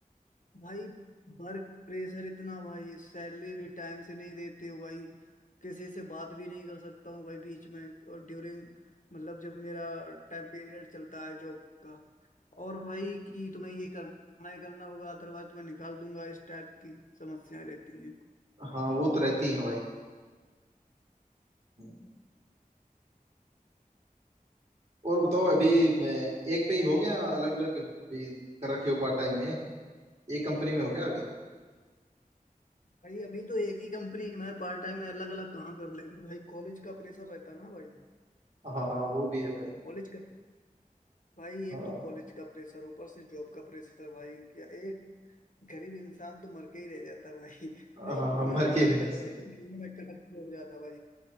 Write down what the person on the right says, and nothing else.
हाँ वो तो रहती है भाई हम्म। और बताओ अभी मैं एक पे ही हो गया अलग अलग भी कर रखे हो पार्ट टाइम में एक कंपनी में हो गया अभी
हाँ हाँ वो भी है भाई
हाँ
हाँ
हाँ मर्केरियस